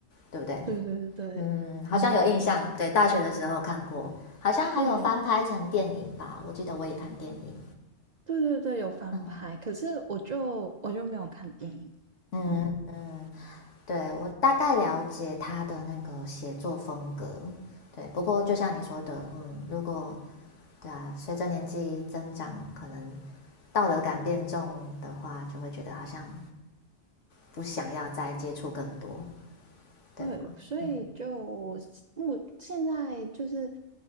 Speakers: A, on the left; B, on the right.
A: 对不对？
B: 对对对对，
A: 嗯，好像有印象，
B: 嗯，
A: 对，大学的时候看过，好像还有翻拍成电影吧，
B: 对
A: 我记得我也看电影。
B: 对对对，有翻拍，
A: 嗯
B: 可是我就我就没有看电影。
A: 嗯嗯
B: 嗯
A: 对我大概了解他的那个写作风格，对。不过就像你说的，嗯，如果对啊，随着年纪增长，可能道德感变重的话，就会觉得好像不想要再接触更多，对吧？
B: 对，所以就目现在就是
A: 嗯